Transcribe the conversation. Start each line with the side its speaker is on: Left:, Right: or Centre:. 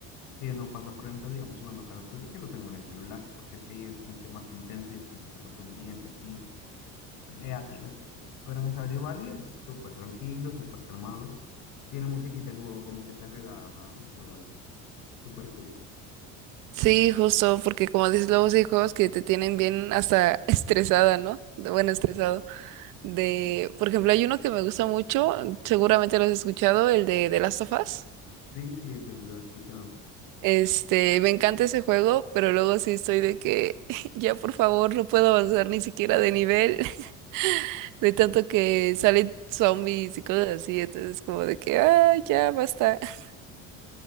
Left: Que no pasa, por ejemplo, digamos, jugando Call of Duty, que lo tengo en el celular, porque es que ahí es como que más intenso y es como que súper pendiente, así. pelea, tiras. Pero en Stardew Valley es súper tranquilo, súper calmado. Tiene musiquita el juego, como que te relaja y todo eso. Súper cool.
Right: Sí, justo, porque como dices, luego sí hay juegos que te tienen bien hasta <laughs> estresada, ¿no? De- Bueno, estresado. De, por ejemplo, hay uno que me gusta mucho, seguramente lo has escuchado, el de The Last of Us.
Left: Sí, sí, eso lo he escuchado.
Right: Este, me encanta ese juego, pero luego sí estoy de que <laughs> ya por favor no puedo avanzar ni siquiera de nivel, <laughs> de tanto que salen zombies y cosas así, entonces como de que, ah, ya basta. <laughs>